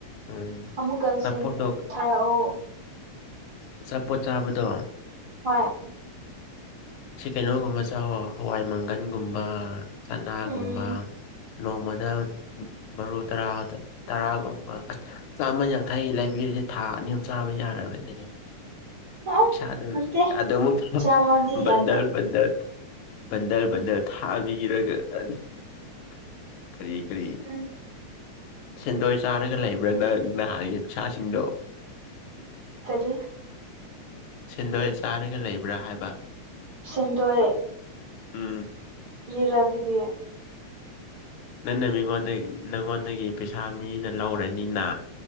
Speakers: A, on the left; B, on the right.
A: ꯎꯝ
B: ꯑꯃꯨꯛꯀ
A: ꯑꯆꯥꯄꯣꯠꯇꯣ
B: ꯁꯦꯟ ꯊꯥꯔꯛꯑꯣ
A: ꯑꯆꯥꯄꯣꯠ ꯆꯥꯕꯗꯣ
B: ꯍꯣꯏ
A: ꯁꯤ ꯀꯩꯅꯣꯒꯨꯝꯕ ꯆꯥꯎꯋꯣ ꯍꯋꯥꯏ ꯃꯪꯒꯟꯒꯨꯝꯕ ꯆꯅꯥꯒꯨꯝꯕ
B: ꯎꯝ
A: ꯅꯣꯡꯃꯗ ꯃꯔꯨ ꯇꯔꯥ ꯇꯔꯥꯒꯨꯝꯕ ꯑꯁ ꯆꯥꯃ ꯌꯥꯡꯈꯩꯒꯤ ꯂꯩꯕꯤꯔꯗꯤ ꯊꯥ ꯑꯅꯤ ꯑꯍꯨꯝ ꯆꯥꯕ ꯌꯥꯔꯕꯅꯦꯍꯦ
B: ꯑꯥ
A: ꯏꯁꯥꯗꯨ
B: ꯅꯠꯇꯦ
A: ꯑꯗꯨꯃꯛ
B: ꯆꯥꯝꯃꯗꯤ
A: ꯕꯟꯗꯜ
B: ꯌꯥꯗꯦ
A: ꯕꯟꯗꯜ ꯕꯟꯗꯔ ꯕꯟꯗꯔ ꯊꯥꯕꯤꯔꯒ <unintelligible> ꯀꯔꯤ ꯀꯔꯤ
B: ꯎꯝ
A: ꯁꯦꯟꯗꯣꯏ ꯆꯥꯔꯒ ꯂꯩꯕ꯭ꯔꯥ ꯅꯪ ꯅꯍꯥꯟꯒꯤ ꯄꯩꯁꯥꯁꯤꯡꯗꯣ
B: ꯀꯔꯤ <unintelligible>
A: ꯁꯦꯟꯗꯣꯏ ꯆꯥꯔꯒ ꯂꯩꯕ꯭ꯔꯥ ꯍꯥꯏꯕ
B: ꯁꯦꯟꯗꯣꯏ
A: ꯎꯝ
B: ꯀ꯭ꯔꯤꯔ ꯑꯗꯨꯗꯤ
A: ꯅꯪꯅ ꯃꯤꯉꯣꯟꯗꯒꯤ ꯅꯪꯉꯣꯟꯗꯒꯤ ꯄꯩꯁꯥ ꯃꯤꯅ ꯂꯧꯔꯅꯤꯅ